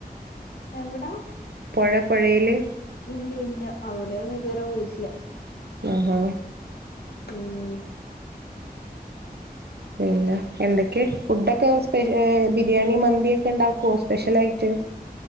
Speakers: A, on the left (about 75°); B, on the right (about 85°).
A: എവിടാ
B: പോഴ പോഴെല്
A: ഇല്ല ഇല്ല അവിടോന്നും ഇതുവരെ <unintelligible>
B: ആ-ഹ്
A: ഉമ്
B: പിന്നെ എന്തൊക്കെ ഫുഡൊക്കെ സ്പെ ഏഹ് ബിരിയാണി മന്തി ഒക്കെ ഉണ്ടാക്കോ സ്പെഷ്യലായിട്ട്